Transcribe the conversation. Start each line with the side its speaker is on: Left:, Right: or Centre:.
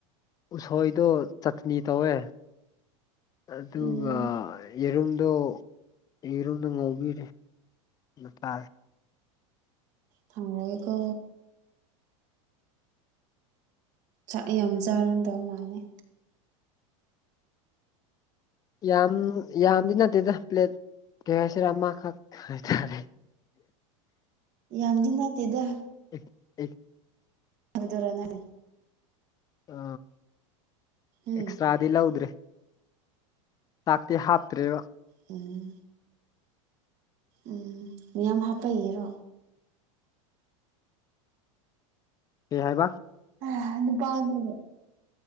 Left: ꯎꯁꯣꯏꯗꯣ ꯆꯠꯅꯤ ꯇꯧꯋꯦ ꯑꯗꯨꯒ
Right: ꯎꯝ
Left: ꯌꯦꯔꯨꯝꯗꯣ ꯌꯦꯔꯨꯝꯗ ꯉꯧꯕꯤꯔꯦ ꯅꯨꯄꯥꯏ
Right: ꯊꯥꯡꯀꯣ ꯆꯥꯛ ꯌꯥꯝ ꯆꯥꯔꯝꯗꯧ ꯃꯥꯜꯂ‌ꯦ
Left: ꯌꯥꯝ ꯌꯥꯝꯗꯤ ꯅꯠꯇꯦꯗ ꯄ꯭ꯂꯦꯠ ꯀꯦ ꯍꯥꯏꯁꯤꯔ ꯑꯃꯈꯛ ꯍꯥꯏꯇꯥꯔꯦ
Right: ꯌꯥꯝꯗꯤ ꯅꯠꯇꯦꯗ
Left: ꯎꯝ ꯎꯝ
Right: ꯃꯗꯔꯅꯦ
Left: ꯎ
Right: ꯎꯝ
Left: ꯑꯦꯛꯁ꯭ꯔꯥ ꯗꯤ ꯂꯧꯗ꯭ꯔꯦ ꯆꯥꯛꯇꯤ ꯍꯥꯞꯇ꯭ꯔꯦꯕ
Right: ꯎꯝ ꯎꯝ ꯃꯤꯌꯥꯝ ꯍꯥꯞꯄꯒꯤꯔꯣ
Left: ꯑꯦ ꯍꯥꯏꯕ
Right: ꯑ ꯑꯗꯨ ꯄꯗꯒꯦ